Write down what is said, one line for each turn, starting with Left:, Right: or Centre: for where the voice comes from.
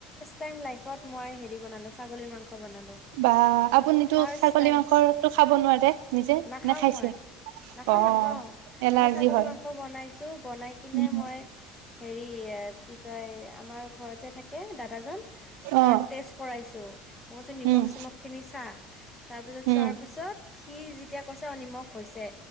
Left: টাইম লাইফত মই সেইদিনা। দি বনালো ছাগলী মাংস বনালো
Right: বা আপুনিতো
Left: ফাৰ্ষ্ট
Right: ছাগলী
Left: টাইম
Right: মাংসটো খাব নোৱাৰে নিজে
Left: নাখাও
Right: নে খাইছে
Left: মই নাখাও
Right: অ
Left: নাখাও
Right: এলাৰ্জি
Left: মই ছাগলী
Right: হয়
Left: মাংস বনাইছো বনাই কিনে
Right: উম
Left: মই। হেৰি কি কয় আমাৰ ঘৰত যে থাকে দাদাজন
Right: অ
Left: তাক টেষ্ট কৰাইছো মই কৈছো নিমখ
Right: উম
Left: চিমখ খিনি চা তাৰপিছত
Right: উম
Left: চোৱাৰ পিছত সি যেতিয়া কৈছে অ নিমখ হৈছে